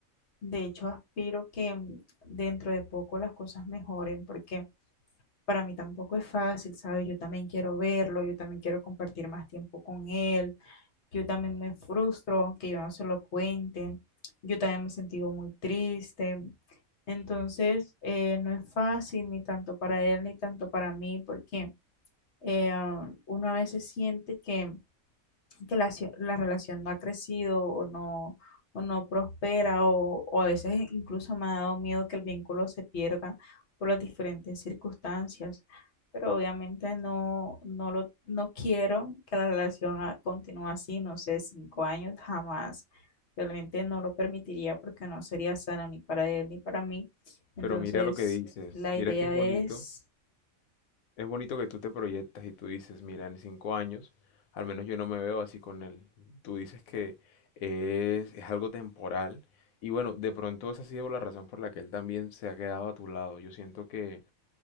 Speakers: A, on the left; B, on the left.
A: De hecho, aspiro que mm, dentro de poco las cosas mejoren, porque para mí tampoco es fácil, ¿sabes? Yo también quiero verlo, yo también quiero compartir más tiempo con él Yo también me frustro, aunque yo no se lo cuente. Yo también me he sentido muy triste. Entonces, eh, no es fácil ni tanto para él ni tanto para mí, porque eh, ah, uno a veces siente que que la, cio- la relación no ha crecido o no, o no prospera o, o a veces incluso me ha dado miedo que el vínculo se pierda por las diferentes circunstancias, pero obviamente no, no lo, no quiero que la relación ah, continúe así, no sé, cinco años jamás. Realmente no lo permitiría porque no sería sano ni para él ni para mí. Entonces,
B: Pero mira lo que dices,
A: la
B: mira
A: idea
B: que es bonito.
A: es,
B: Es bonito que tú te proyectas y tú dices, mira, en cinco años, al menos yo no me veo así con él. Tú dices que es, es algo temporal. Y bueno, de pronto esa ha sido la razón por la que él también se ha quedado a tu lado. Yo siento que